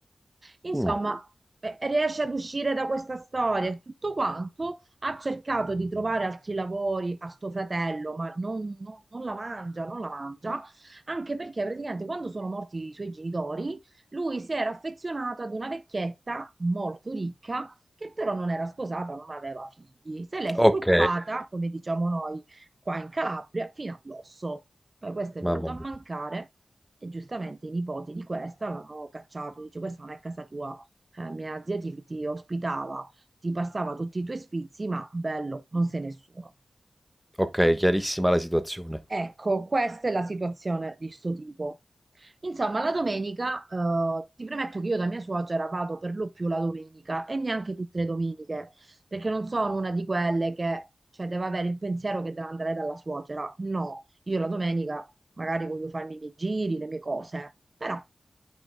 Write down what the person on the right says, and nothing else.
Insomma,
eh, riesce ad uscire da questa storia e tutto quanto. Ha cercato di trovare altri lavori a sto fratello, ma non, non- non la mangia, non la mangia, anche perché praticamente quando sono morti i suoi genitori, lui si era affezionato ad una vecchietta molto ricca. Che però non era sposata, non aveva figli, se l'è Ok.
spruppata, come diciamo noi qua in Calabria, fino all'osso. Poi questa è
venuta a
mancare e giustamente i nipoti di questa l'hanno cacciato, dice questa non è casa tua, eh, mia zia ti, ti ospitava, ti passava tutti i tuoi sfizi, ma bello, non sei nessuno.
Ecco, questa è la situazione di sto tipo. Insomma, la domenica, eh, ti premetto che io da mia suocera vado per lo più la domenica e neanche tutte le domeniche, perché non sono una di quelle che, cioè, deve avere il pensiero che deve andare dalla suocera. No, io la domenica magari voglio farmi i miei giri, le mie cose, però